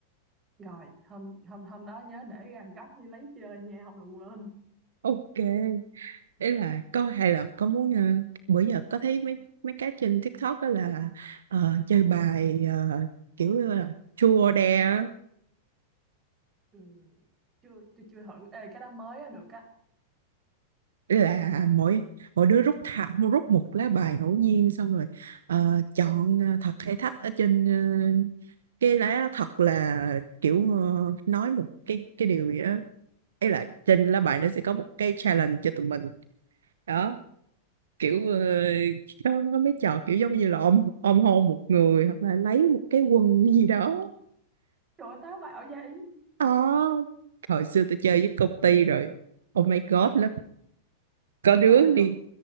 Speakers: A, on the right; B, on the right.
A: rồi hôm hôm hôm đó nhớ để gần góc như lấy chơi nha không là quên
B: ok ý là có hay là có muốn ờ, bữa giờ có thấy mấy mấy cái trên TikTok đó là ờ, chơi bài ờ, kiểu như là chua or dare á.
A: ừ. chưa chưa chưa thử ê cái đó mới á được á
B: Ý là
A: nhưng mà
B: mỗi mỗi đứa rút thả rút một lá bài ngẫu nhiên xong rồi ờ, chọn ờ, thật hay thách ở trên ờ, cái lá thật là kiểu ờ, nói một cái cái điều gì đó ấy là trên lá bài nó sẽ có một cái challenge cho tụi mình đó kiểu ờ, có, có mấy trò kiểu giống như là ôm ôm hôn một người hoặc là lấy một cái quần gì đó
A: trời ơi, táo bạo vậy
B: Ờ, hồi xưa tôi chơi với công ty rồi oh my god lắm có đứa
A: trời ơi, được
B: đi